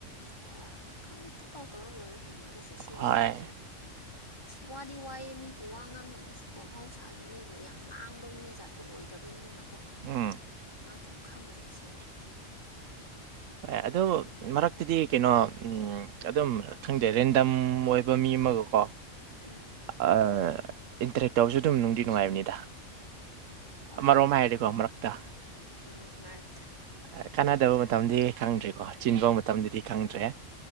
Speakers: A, on the left; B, on the right.
A: ꯍꯣꯋꯥ ꯈꯪꯗꯦ ꯄꯇꯧ ꯇꯧꯔ ꯂꯣꯏꯔꯦ ꯀꯩꯅꯣ ꯑꯩꯁꯨ ꯁꯤꯒꯤ
B: ꯍꯣꯏ
A: ꯄꯥꯠꯇꯅꯤ ꯑꯁ ꯋꯥꯗꯤ ꯋꯥꯏꯌꯦ ꯃꯤꯕꯨ ꯋꯥ ꯉꯥꯡꯅꯕꯁꯨꯀꯣ ꯃꯍꯧꯁꯥꯒꯤ ꯃꯤꯕꯨ ꯌꯥꯝ ꯉꯥꯡꯕ ꯃꯤ ꯖꯥꯠꯇꯣ ꯑꯣꯏꯗꯕꯅꯤꯅꯀꯣ
B: ꯎꯝ
A: ꯉꯥꯡꯐꯝ ꯈꯪꯗꯦ ꯁꯦꯡꯕ
B: ꯍꯣꯏ ꯑꯗꯨ ꯃꯔꯛꯇꯗꯤ ꯀꯩꯅꯣ ꯎꯝ ꯑꯗꯨꯝ ꯈꯪꯗꯦ ꯔꯦꯟꯗꯝ ꯑꯣꯏꯕ ꯃꯤ ꯑꯃꯒ ꯀꯣ
A: ꯎꯝ
B: ꯑꯥ ꯏꯟꯇꯔꯦꯛ ꯇꯧꯕꯁꯨ ꯑꯗꯨꯝ ꯅꯨꯡꯗꯤ ꯅꯨꯡꯉꯥꯏꯕꯅꯤꯗ
A: ꯍꯣꯏ
B: ꯑꯃꯔꯣꯝ ꯍꯥꯏꯔꯗꯤꯀꯣ ꯃꯔꯛꯇ
A: ꯎꯝ ꯃꯔꯛ
B: ꯑ ꯀꯥꯟꯅꯗꯕ ꯃꯇꯝꯗꯤ ꯈꯪꯗ꯭ꯔꯦꯀꯣ ꯆꯤꯟꯕ ꯃꯇꯝꯗꯗꯤ ꯈꯪꯗ꯭ꯔꯦ